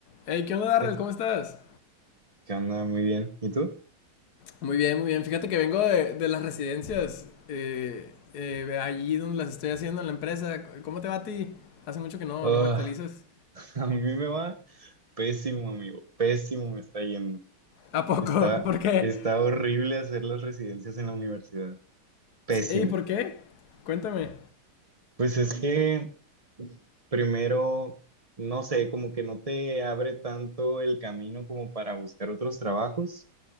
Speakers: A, on the left; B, on the right.
A: Hey, ¿qué onda, Darrell?
B: ¿Qué
A: ¿Cómo estás?
B: qué onda? Muy bien. ¿Y tú?
A: Muy bien, muy bien. Fíjate que vengo de, de las residencias, eh, eh, allí donde las estoy haciendo en la empresa. ¿Cómo te va a ti? Hace mucho que no,
B: Ah,
A: no me actualizas.
B: <laughs> a mí me va pésimo, amigo. Pésimo me está yendo.
A: ¿A poco?
B: Está,
A: <laughs> ¿Por qué?
B: está horrible hacer las residencias en la universidad. Pésimo.
A: Ey, ¿por qué? Cuéntame.
B: Pues es que primero, no sé, como que no te abre tanto el camino como para buscar otros trabajos